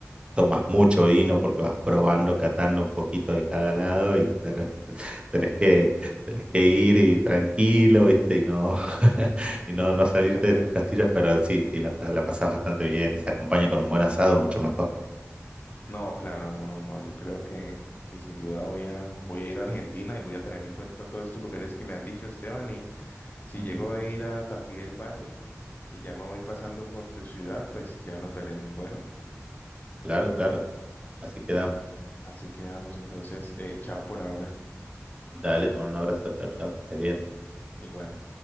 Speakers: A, on the right; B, on the left.
A: tomas mucho vino porque vas probando, catando un poquito de cada lado y te- <laughs> tenés que, tenés que ir y tranquilo, ¿viste? Y no, <laughs> y no, no salirte
B: <laughs>
A: de tus casillas, pero sí, sí, la, pa- la pasás bastante bien y se acompaña con un buen asado, mucho mejor.
B: No, claro, no, no, no. Yo creo que, que sin duda voy a, voy a ir a Argentina y voy a tener en cuenta todos estos lugares que me han dicho, Esteban. Y si
A: Ujú,
B: llego a ir a Tafí del Valle y ya me voy pasando por tu ciudad, pues ya nos veremos. Bueno,
A: Claro, claro. Así quedamos.
B: así quedamos entonces. eh, chao por ahora.
A: Dale, te mando un abrazo, chao, chao, que estés bien.
B: Igual.